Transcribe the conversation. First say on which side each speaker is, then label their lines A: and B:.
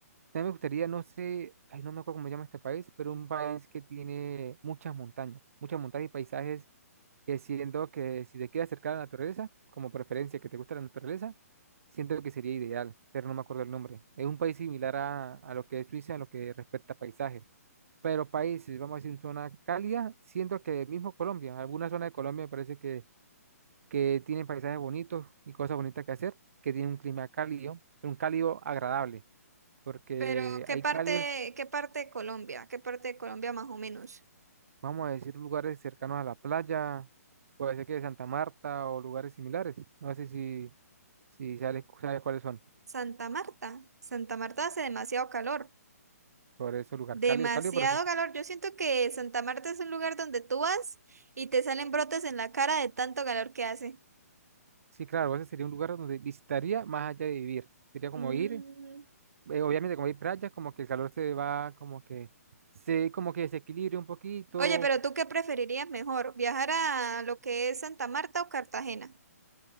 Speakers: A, on the right; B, on the right.
A: También me gustaría, no sé, ay, no me acuerdo cómo se llama este país, pero un país que tiene muchas montañas, muchas montañas y paisajes que siento que si te quieres acercar a la naturaleza, como preferencia que te gusta la naturaleza, siento que sería ideal, pero no me acuerdo el nombre. Es un país similar a, a lo que es Suiza en lo que respecta a paisajes, pero países, vamos a decir, en zona cálida, siento que mismo Colombia, alguna zona de Colombia me parece que que tiene paisajes bonitos y cosas bonitas que hacer, que tiene un clima cálido, pero un cálido agradable, porque
B: Pero, ¿qué
A: hay
B: parte,
A: cálidos,
B: qué parte de Colombia? ¿Qué parte de Colombia más o menos?
A: vamos a decir, lugares cercanos a la playa, puede ser que de Santa Marta o lugares similares. No sé si, si sabes, sabes cuáles son,
B: Santa Marta. Santa Marta hace demasiado calor.
A: por eso lugar
B: Demasiado
A: cálido, cálido, pero sí,
B: calor. Yo siento que Santa Marta es un lugar donde tú vas y te salen brotes en la cara de tanto calor que hace.
A: sí, claro, ese sería un lugar donde visitaría más allá de vivir. Sería como
B: Mm.
A: ir, eh, obviamente como hay playas, como que el calor se va, como que se, como que desequilibre un poquito
B: Oye, pero ¿tú qué preferirías mejor? ¿Viajar a lo que es Santa Marta o Cartagena?